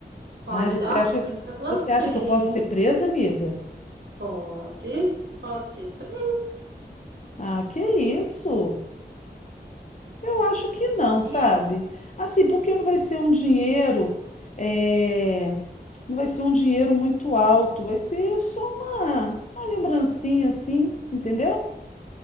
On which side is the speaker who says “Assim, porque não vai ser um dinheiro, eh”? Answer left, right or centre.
Left